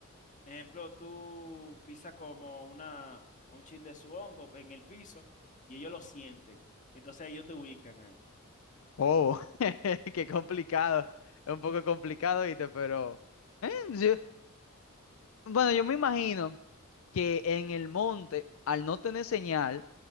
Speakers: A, on the left; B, on the left.
A: ejemplo, tú pisas como una, un chin de su hongo en el piso y ellos lo sienten. Entonces ellos te ubican ahí.
B: oh, <laughs> qué complicado, es un poco complicado, ¿viste? Pero, eh, sí, Bueno, yo me imagino. que en el monte, al no tener señal,